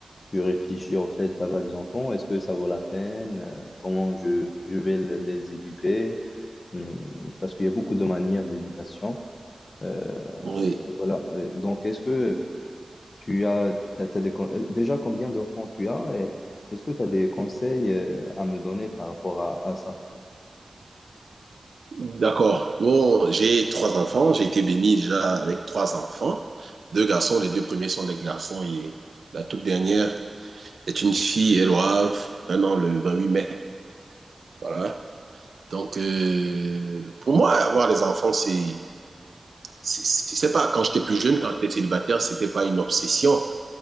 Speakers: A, on the left; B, on the right.
A: je réfléchis au fait d'avoir des enfants. Est-ce que ça vaut la peine? Euh, Comment je, je vais le- les éduquer? Hum, Parce qu'il y a beaucoup de manières d'éducation. Euh,
B: oui.
A: voilà. Euh, Donc, est-ce que Tu as, t'as- t'as des con- euh, déjà combien d'enfants tu as et est-ce que tu as des conseils euh, à me donner par rapport à, à ça?
B: D'accord. Bon, j'ai trois enfants. J'ai été béni déjà avec trois enfants. Deux garçons. Les deux premiers sont des garçons et la toute dernière est une fille. Elle aura un an le huit mai. Voilà. Donc, euh, pour moi, avoir des enfants, c'est, c'est, c'est- je sais pas, quand j'étais plus jeune, quand j'étais célibataire, c'était pas une obsession.